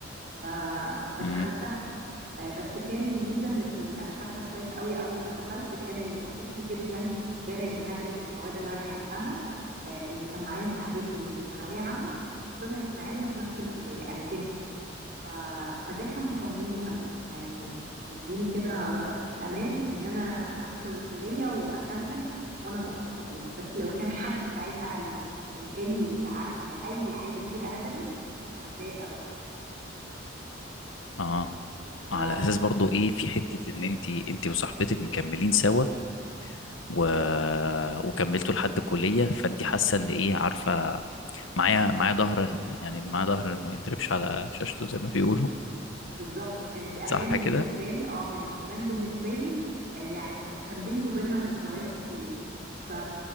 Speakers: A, on the right (about 50°); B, on the left (about 85°).
A: ف... فدخلتها
B: امم
A: آه، بس كان الميزه اللي في ال... انا فاكره كويس قوي اول ما دخلت كان اللي بسطني جدا غير اني هدرس المواد اللي انا بحبها آه، ان كان معايا صاحبتي من ثانويه عامه طلعت معايا في نفس الكليه انتمتي ف... فده كان مطمني قوي يعني مديني كده امان ان انا هدخل الكليه وهكمل وانا مبسوطه فيها بس لو كان حد ساعتها قال لي انقلي لع- لاي حاجه فيها ادبي كنت هتضايق قوي
B: اه
A: ف...
B: على اساس برضو ايه في حته ان انت انت وصاحبتك مكملين سوا و... وكملتوا لحد الكليه فانت حاسه ان ايه عارفه معايا معايا ظهر يعني اللي معاه ظهر ما يضربش على شاشته زي ما بيقولوا
A: بالظبط كانت امان
B: صح
A: بالنسبه
B: كده
A: لي اه كانت امان بالنسبه لي آه، يعني وكان بيني وبينها ذكريات كتير ف